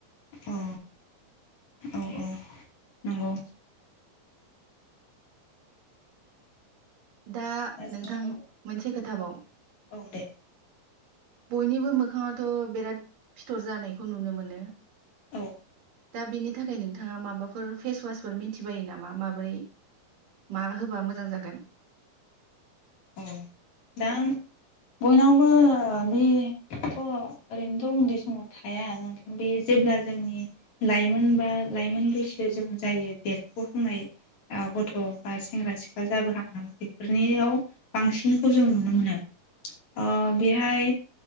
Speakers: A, on the left; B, on the right.
A: औ औ औ नंगौ
B: दा
A: जोङो
B: नोंथां
A: औ
B: मोनसे खोथाबाव,
A: औ दे
B: बयनिबो मोखाङाथ' बिराद फिथर जानायखौ नुनो मोनो,
A: औ
B: दा बेनि थाखाय नोंथाङा माबाफोर फेसवासफोर मिथिबायो नामा? माबोरै मा होबा मोजां जागोन।
A: औ दा बयनावबो बि बेथ' ओरैनोथ' उन्दै समाव थाया नोंथां बे जेब्ला जोंनि लाइमोन बा लाइमोन बैसो जों जायो देरफुहांनाय गथ' बा सेंग्रा सिख्ला जाबोहांनाय बेफोरनियाव, बांसिनखौ जों नुनो मोनो ओ बेहाय